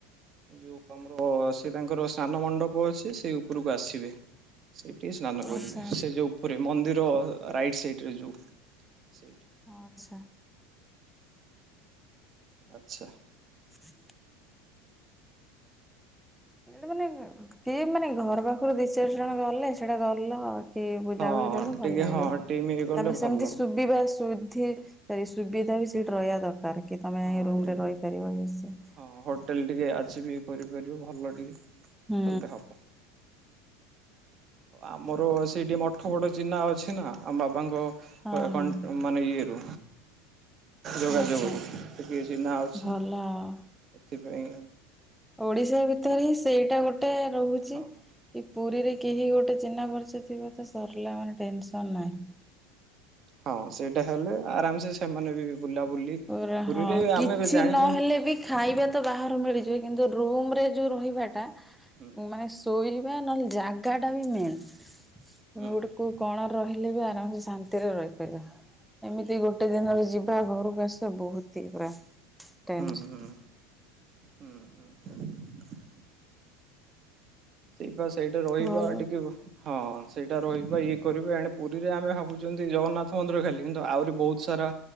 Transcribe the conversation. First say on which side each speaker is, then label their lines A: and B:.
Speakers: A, on the right; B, in the centre.
A: ଯୋଉ ଆମର ସେ ତାଙ୍କର ସ୍ନାନ ମଣ୍ଡପ ଅଛି ସେ ଉପରକୁ ବସିବେ ସେଇ ଟିକେ ସ୍ନାନ କରିବେ
B: ଆଚ୍ଛା
A: ସେ ଯୋଉ ଉପରେ ମନ୍ଦିର ରାଇଟ୍ ସାଇଡ ରେ ଯୋଉ ସେଇଠି
B: ହଁ ଆଛା।
A: ଆଚ୍ଛା।
B: ଟୀ ସେଇଟା ମାନେ କିଏ ମାନେ ଘର ପାଖରୁ ଦି ଚାରି ଜଣ ଗଲ ସେଇଟା ଗଲ ଟିଏ ବୁଲାବୁଲି
A: ହଁ
B: କଲ
A: ଟିକେ
B: ଭଲ ଲାଗିବ
A: ହଁ
B: ତାପରେ
A: ଟିମ୍ ଇଏ କଲେ ଭଲ।
B: ସେମିତି ସୁବିଧା ସୁ ଠି ଏଇ ସୁବିଧା ବି ସେଇଠି ରହିବା ଦରକାର କି ତମେ
A: ହଁ
B: ଏ ରୁମ
A: ଟିକେ
B: ରେ ରହିପାରିବ କି ସେ
A: ହଁ ହୋଟେଲ ଟିକେ ଆଚିବି କରିପାରିବ ଭଲ ଟିକେ।
B: ହୁଁ।
A: କଲେ ହବ। ଆମର ସେଠି ମଠ ବଡ ଚିହ୍ନା ଅଛି ନା ଆମ ବାବାଙ୍କ
B: ହଁ
A: କ ଆକାଉଣ୍ଟ
B: ହଁ
A: ମାନେ ଇଏରୁ। ଯୋଗାଯୋଗରୁ
B: ଆଚ୍ଛା
A: ଟିକଏ ଚିହ୍ନା ଅଛି
B: ଭଲ ଆଉ।
A: ଏଥିପାଇଁ
B: ଓଡିଶା ଭିତରେ ହିଁ ସେଇଟା ଗୋଟେ ରହୁଛି
A: ହଁ
B: କି ପୁରୀରେ କେହି ଗୋଟେ ଚିହ୍ନା ପରିଚିତ ଥିବ ତ ସରିଲା ମାନେ ଟେନସନ ନାହିଁ।
A: ହଁ ସେଇଟା ହେଲେ ଆରାମ ସେ ସେମାନେ ବି ବୁଲାବୁଲି
B: ପୁରା
A: ପୁରୀରେ
B: ହଁ କିଛି
A: ଆମେ ଜାଣିଛନ୍ତି
B: ନହେଲେ ବି ଖାଇବା ତ ବାହାରୁ ମିଳିଯିବ କିନ୍ତୁ ରୁମ୍ ଯୋଉ ରହିବାଟା
A: ହୁଁ
B: ମାନେ ଶୋଇବା ନହେଲେ ଜାଗା ଟା ବି ମେନ୍। ତମେ
A: ହୁଁ
B: ଗୁଟେ
A: ହୁଁ
B: କୋଉ କଣ ରହିଲେ ବି ଆରାମସେ ଶାନ୍ତିରେ ରହିପାରିବା। ଏମିତି ଗୋଟେ ଦିନରେ ଯିବା ଘରକୁ ଆସିବା ବହତି ହିଁ ପୁରା ଟେନସନ୍।
A: ହୁଁ ହୁଁ ହୁଁ ହୁଁ ହୁଁ। ସେଇଟା ରହିବା
B: ଭଲ
A: ଟିକେ ହଁ ସେଇଟା ରହିବା ଇଏ କରିବା ଏଣେ ପୁରୀରେ ଆମେ ଭାବୁଚନ୍ତି ଜଗନ୍ନାଥ ମନ୍ଦିର ଖାଲି କିନ୍ତୁ ଆହୁରି ବହୁତ ସାରା